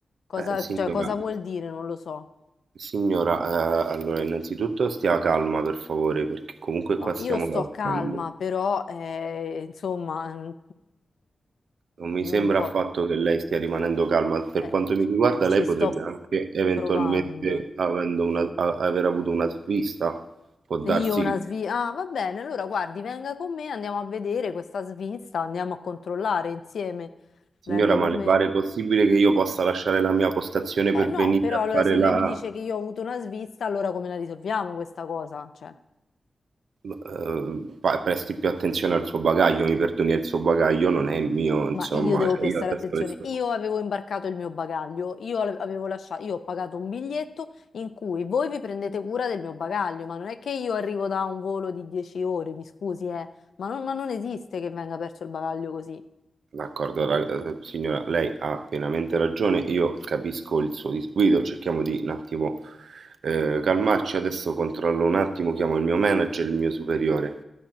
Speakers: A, on the left; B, on the right.
A: Cosa,
B: signora,
A: cioè, cosa vuol dire? Non lo so.
B: Signora, eh, allora innanzitutto stia calma per favore, perché comunque
A: No,
B: qua stiamo
A: io sto
B: lavorando.
A: calma, però, eh, insomma, mm,
B: Non mi
A: non
B: sembra
A: po-
B: affatto che lei stia rimanendo calma. Per
A: eh,
B: quanto mi riguarda,
A: ci
B: lei potrebbe
A: sto
B: anche eventualmente
A: provando.
B: avendo una- a- aver avuto una svista. Può darsi.
A: E Io una svista. Ah, va bene, allora guardi, venga con me, andiamo a vedere questa svista, andiamo a controllare insieme.
B: Signora,
A: Venga
B: ma
A: con
B: le
A: me.
B: pare possibile che io possa lasciare la mia postazione
A: Eh
B: per
A: no,
B: venire
A: però
B: a
A: allora
B: fare
A: se
B: la...
A: lei mi dice che io ho avuto una svista, allora come la risolviamo questa cosa? Cioè,
B: eh, pa- presti più attenzione al suo bagaglio, mi perdoni, il suo bagaglio non è il mio, insomma.
A: ma io devo
B: Cioè,
A: prestare
B: io adesso
A: attenzione.
B: le sto-
A: Io avevo imbarcato il mio bagaglio, io ave- avevo lasciato, io ho pagato un biglietto in cui voi vi prendete cura del mio bagaglio, ma non è che io arrivo da un volo di 10 ore, mi scusi, eh, ma non ma non esiste che venga perso il bagaglio così.
B: D'accordo, ra- eh, signora, lei ha pienamente ragione, io capisco il suo disguido, cerchiamo di un attimo eh, calmarci, adesso controllo un attimo, chiamo il mio manager, il mio superiore.